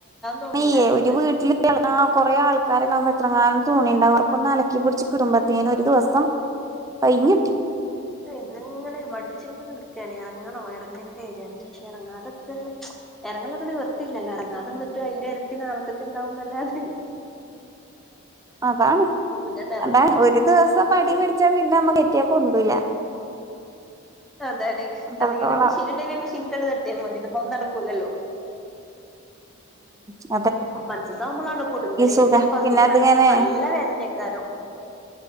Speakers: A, in the centre; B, on the right (about 15°).
A: തോന്നൂല
B: ന്യ
A: അലക്കാന്
B: ഒരു വീട്ടിൽ തെള കൊറെേ ആൾക്ക ക്കാരല്ലാകുമ്പോ എത്രങ്ങാനും തണിുണ്ട് അവർക്കൊന്ന് അലക്കി പിടിച്ച് കുടുംബത്തേനന് ഒരു ദിവസം കൈഞ്ഞിട്ടി
A: ഇത് ഇങ്ങനെ മടിച്ചിങ്ങനെ നിൽക്കെണ് ഇറങ്ങണോ ഇറങ്ങണ്ടേ വിചാരിച്ചേഷ ഇറങ്ങ അതൊക്കെല്ല ഇറങ്ങൊലൊക്കെ നിവർത്തി ത്തില്ലല്ലോ ഇറങ്ങാതന്നിട്ട് അതിന്റെ ഇരട്ടി നാളെക്കൊക്ക് ഇണ്ടാവുംല്ലാതെ
B: <unintelligible> അതാണ്
A: പിന്നണ്ട് എറങ്ങും
B: അതാണ് ഒരു ദിവസം മടി പിടിച്ചാ പിന്നെ നമ്മ കെറ്റിയാപ്പൊന്തുൂല്ല
A: അതേടി
B: അത്രത്തോളം
A: അല്ലെങ്ക പിന്നെ മെഷീൻ ഉണ്ടെങ്കിൽ മെഷീൻ കണ്ട തട്ടിയ നടക്കൂലല്ലോ
B: ആഹ
A: മൻസസ് സാകുമ്പോളാണ് കുടുങ്ങല് എനിക്ക്
B: സുഖ
A: ഫസ്റ്റത്തെ
B: പിന്നെ അതിങ്ങനെ
A: രണ്ടീസം നല്ല വേദനായിക്കാരം